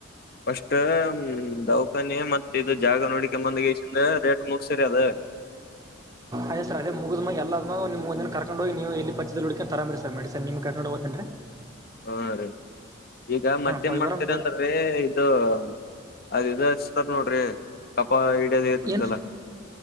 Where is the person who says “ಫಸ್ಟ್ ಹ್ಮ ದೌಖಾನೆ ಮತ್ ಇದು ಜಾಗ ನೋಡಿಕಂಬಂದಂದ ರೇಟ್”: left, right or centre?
Left